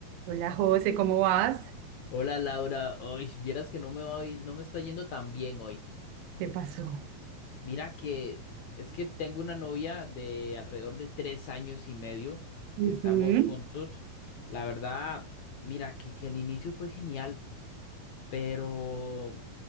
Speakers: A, on the right; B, on the left.
A: Hola José, ¿cómo vas?
B: Hola Laura, hoy vieras que no me voy, no me está yendo tan bien hoy.
A: ¿Qué pasó?
B: Mira que es que tengo una novia de alrededor de tres años y medio
A: Ujú.
B: que estamos juntos. La verdad, mira que, que el inicio fue genial, pero